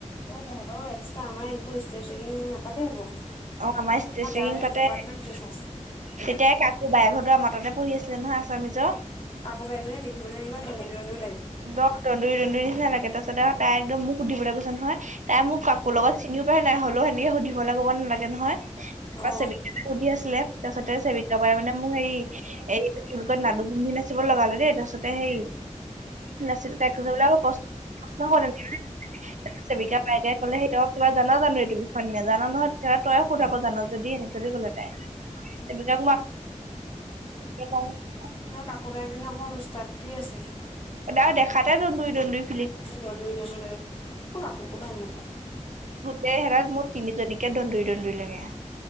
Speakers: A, on the left; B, on the right.
A: অ তহঁতৰ এক্সট্ৰ আমাৰ এইবোৰ ষ্ট্ৰেচেনিং নাপাতে সেইবোৰ।
B: অ আমাৰ ষ্ট্ৰেচেয়িং
A: ডাইৰেক্ট
B: পাতে
A: ডিপাৰ্টমেণ্ট ফেচাৰ্ছ
B: তেতিয়াই কাকো বায়ে ঘত তৰা মাতাটোয়ে পঢ়ি আছিলে নহয় আছামিজৰ।
A: আকো বাইজনী দেখিব কিবা দন্দুৰি দন্দু
B: দহ- দন্দুৰী -দন্দুৰী নিচিনা লাগে তাৰ পছত আৰু তাই একদম মুখ সুধিবলৈ কৈছে নহয় তাই মোক কাকো লগত চিনিও পাই নাই হ'লেও সেনেকে সুধিব লাগ ক'ব নালাগে নহয়। ত
A: অ
B: সুধি আছিলে। তাৰপাছতে ছেৱিকা বাই মানে মোক হেৰি এই কি বুলি কয় নাদুমহিচিব লগালে দেই তাৰপিছত সেই নচিটো ত এক চৌ প্ৰ্ প্ৰশ্ন কৰে ন <inaudible> ছেৱিকা বাইদেও কলে সেইটো বিষয়ে জান জানো নেজান নহয় তেতিয়াহলে তই সুধ আক জান যদি এনেকে। চলি গলে তাই, এইবাক মই <inaudible>
A: কাকো বাইজনী অকমান উস্তাদি আছে।
B: দা দেখাতে দন্দুৰি- দন্দুৰি।
A: দন্দুৰি- দন্দুৰি লাগে, মই কাকো ভাল নাপাওঁ।
B: দে হেৰাল মোৰ তিনিজনীকে দন্দুৰি -দন্দুৰি লাগে।